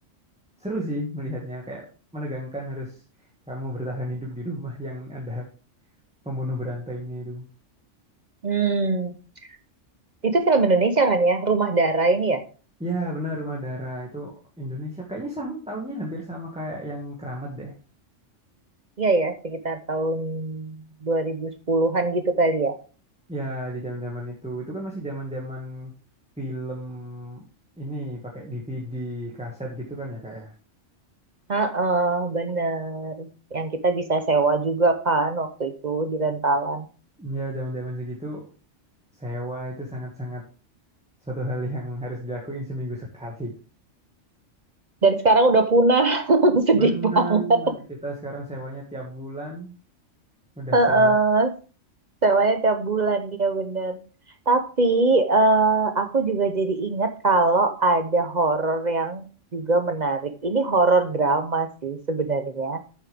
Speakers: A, in the centre; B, on the right.
A: seru sih melihatnya kayak menegangkan harus kamu bertahan hidup di rumah yang ada pembunuh berantainya itu.
B: Hmm. Itu film Indonesia kan ya? Rumah Darah ini ya?
A: Ya, benar rumah darah itu Indonesia kayaknya sama tahunnya hampir sama kayak yang Keramat deh.
B: Iya ya, sekitar tahun 2010-an gitu kali ya.
A: Ya, di zaman-zaman itu. Itu kan masih zaman-zaman film ini pakai DVD, kaset gitu kan ya, Kak ya.
B: Heeh, bener. Yang kita bisa sewa juga kan waktu itu di rentalan.
A: Ya, zaman-zaman segitu sewa itu sangat-sangat suatu hal yang harus dilakuin seminggu sekali.
B: Dan sekarang udah punah. <laughs> Sedih
A: Benar,
B: banget.
A: kita sekarang sewanya tiap bulan udah
B: Heeh,
A: sewa.
B: sewanya tiap bulan, iya bener. Tapi eh, aku juga jadi ingat kalau ada horor yang juga menarik. Ini horor drama sih sebenarnya.